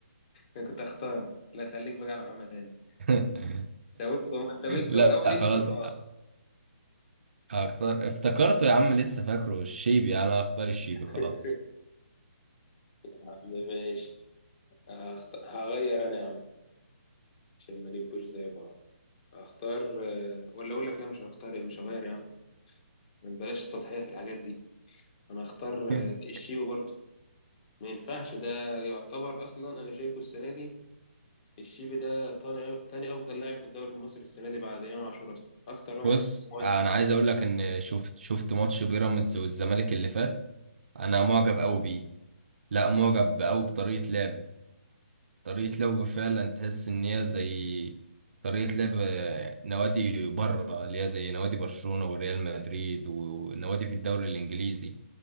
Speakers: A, on the left (about 30°); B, on the right (about 60°).
A: انا كنت اختار لا خليك بقى على محمد هاني
B: <laughs>
A: انت قلت انت قلت
B: لا
A: اول اسم
B: خلاص
A: خلاص
B: هختار افتكرته يا عم لسه فاكره الشيبي أنا هختار الشيبي
A: <laughs>
B: خلاص
A: يا عم ماشي هخت... هغير انا يا عم عشان ما نبقوش زي بعض هختار آه، ولا اقول لك لا مش هختار مش هغير يا عم بلاش التضحية في الحاجات دي انا هختار
B: <laughs>
A: آه، الشيبي برضه ما ينفعش ده يعتبر اصلا انا شايفه السنة دي الشيبي ده تاني تاني افضل لاعب في الدوري المصري السنة دي بعد امام عاشور اصلا اكتر واحد
B: بص
A: مؤثر
B: انا عايز اقول لك ان شفت شفت ماتش بيراميدز والزمالك اللي فات انا معجب قوي بيه لا معجب قوي بطريقه لعبه طريقه لعبه فعلا تحس ان هي زي طريقه لعب نوادي بره اللي هي زي نوادي برشلونه وريال مدريد ونوادي في الدوري الانجليزي